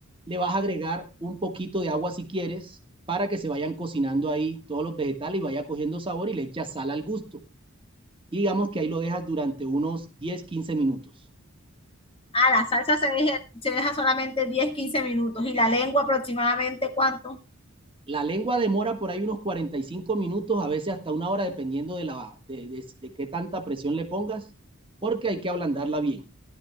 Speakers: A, on the right (about 25°); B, on the left (about 25°).
A: le vas a agregar un poquito de agua si quieres para que se vayan cocinando ahí todos los vegetales y vaya cogiendo sabor y le echas sal al gusto. Y digamos que ahí lo dejas durante unos 10 15 minutos.
B: Ah, la salsa se deja, se deja solamente 10 15 minutos. ¿Y la lengua aproximadamente cuánto?
A: La lengua demora por ahí unos 45 minutos, a veces hasta una hora, dependiendo de, la, de, de, de qué tanta presión le pongas, porque hay que ablandarla bien.